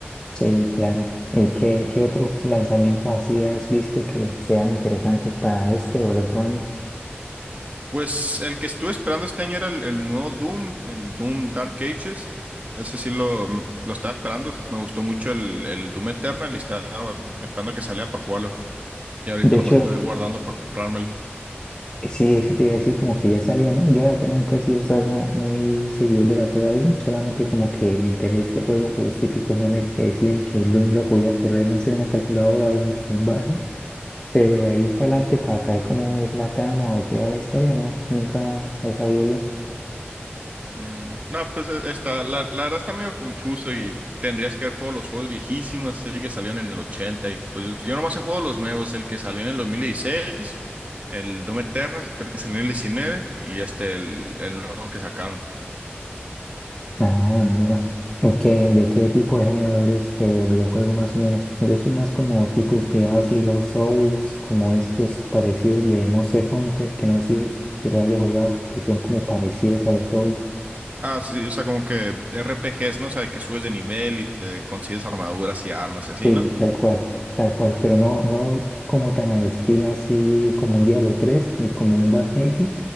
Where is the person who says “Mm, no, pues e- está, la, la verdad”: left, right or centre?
Right